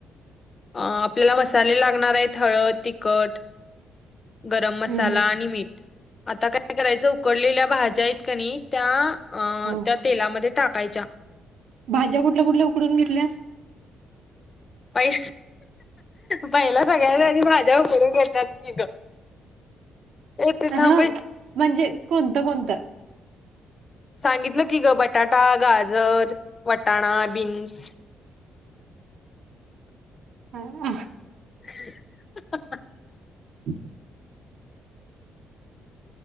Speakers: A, on the left; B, on the right.
A: अ आपल्याला मसाले लागणार आहेत हळद तिखट. गरम मसाला
B: हम्म हम्म.
A: आणि मीठ आता काय. काय करायचं उकडलेल्या भाज्या आहेत कनी त्या अ
B: हो
A: त्या तेलामध्ये टाकायच्या.
B: भाज्या कुठल्या कुठल्या उकडून घेतल्यास.
A: पहि पहिला सांगायचं नाही मी भाजी उघडून घडल्यात. ग, ए ते थांब
B: हा,
A: बाई
B: म्हणजे कोणतं कोणतं.
A: सांगितलं की, ग बटाटा, गाजर, वटाणा, बीन्स.
B: हा.
A: हा हा हा, <inaudible>
B: हम,